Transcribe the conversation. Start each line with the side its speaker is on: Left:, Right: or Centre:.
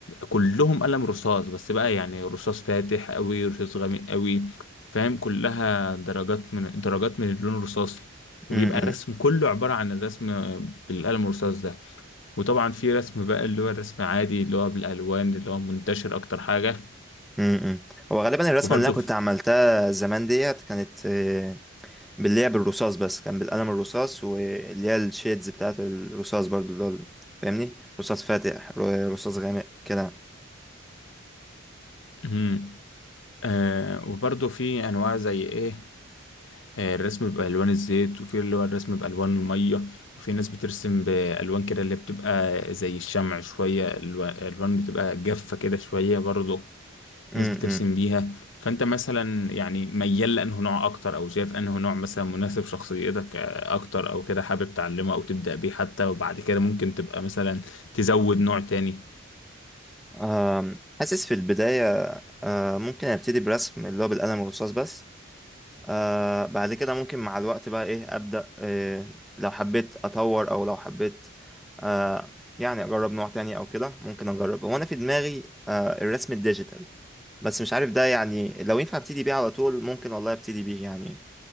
Left: كلهم قلم رصاص بس بقى يعني رصاص فاتح قوي رصاص غامق قوي فاهم كلها درجات من درجات من اللون الرصاصي وبيبقى
Centre: مم،
Left: الرسم
Centre: مم،
Left: كله عبارة عن الرسم بالقلم الرصاص ده وطبعا في رسم بقى اللي هو الرسم عادي اللي هو بالالوان اللي هو منتشر اكتر حاجه
Centre: مم، مم. هو غالبا الرسمة
Left: وبرضه
Centre: اللي أنا
Left: في
Centre: كنت عملتها زمان ديت كانت آه، باللعب الرصاص بس كان بالقلم الرصاص واللي هي الشيدز بتاعت الرصاص برضو اللي هو ال- فاهمني رصاص فاتح ر- رصاص غامق كده
Left: مم. آه وبرضه في انواع زي ايه آه الرسم بالوان الزيت وفي اللي هو الرسم بالوان الميه وفي ناس بترسم بالوان كده اللي بتبقى زي الشمع شويه الو- الوان بتبقى جافه كده شويه برضه
Centre: امم
Left: ناس بترسم بيها فانت مثلا يعني ميال لانه نوع اكتر او شايف انه نوع مثلا مناسب شخصيتك آه، اكتر او كده حابب تعلمه او تبدأ بيه حتى وبعد كده ممكن تبقى مثلا تزود نوع تاني
Centre: آم، حاسس في البداية آه، ممكن ابتدي برسم اللي هو بالقلم الرصاص بس آه، بعد كده ممكن مع الوقت بقى ايه ابدأ آه، لو حبيت اطور او لو حبيت آه، يعني اجرب نوع تاني او كده ممكن اجرب هو انا في دماغي آه، الرسم الديجيتال بس مش عارف ده يعني لو ينفع ابتدي بيه على طول ممكن والله ابتدي بيه يعني